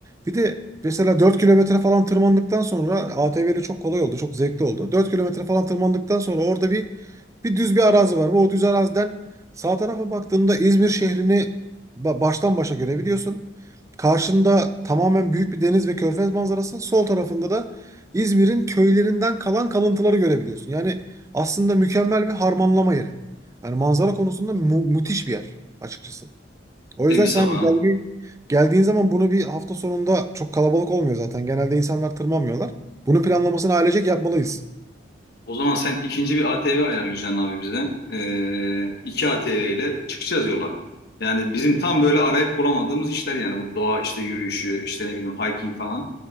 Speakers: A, on the right; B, on the left.
A: Bir de mesela 4 kilometre falan tırmandıktan sonra ATV ile çok kolay oldu, çok zevkli oldu. 4 kilometre falan tırmandıktan sonra orada bir bir düz bir arazi var. Bu o düz araziden sağ tarafa baktığında İzmir şehrini ba- baştan başa görebiliyorsun. Karşında tamamen büyük bir deniz ve körfez manzarası. Sol tarafında da İzmir'in köylerinden kalan kalıntıları görebiliyorsun. Yani aslında mükemmel bir harmanlama yeri. Yani manzara konusunda mu- müthiş bir yer açıkçası. O
B: demiş
A: yüzden sen
B: ama.
A: geldi- geldiğin zaman bunu bir hafta sonunda çok kalabalık olmuyor zaten. Genelde insanlar tırmanmıyorlar. Bunun planlamasını ailecek yapmalıyız.
B: O zaman sen ikinci bir ATV ayarlayacaksın abi bize. Ee, iki ATV ile çıkacağız yola. Yani bizim tam böyle arayıp bulamadığımız işler yani bu doğa işte yürüyüşü işte ne bileyim hiking falan.